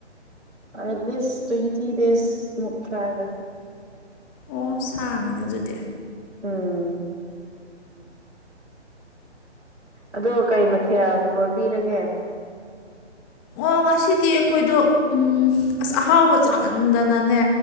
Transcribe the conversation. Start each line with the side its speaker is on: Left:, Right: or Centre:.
Right: ꯑꯦꯠ ꯂꯤꯁ ꯇ꯭ꯋꯦꯟꯇꯤ ꯗꯦꯁ ꯃꯨꯛ ꯊꯥꯢꯗ
Left: ꯑꯣ ꯁꯥꯡꯉꯦꯅ ꯑꯗꯨꯗꯤ
Right: ꯎꯝ ꯑꯗꯣ ꯀꯩ ꯃꯊꯦꯜ ꯂꯣꯏꯕꯤꯔꯒꯦ
Left: ꯑꯣ ꯉꯁꯤꯗꯤ ꯑꯩꯈꯣꯏꯗꯣ ꯎꯝ ꯑꯁ ꯑꯍꯥꯎꯕ ꯆꯥꯃꯟꯗꯅꯅꯦ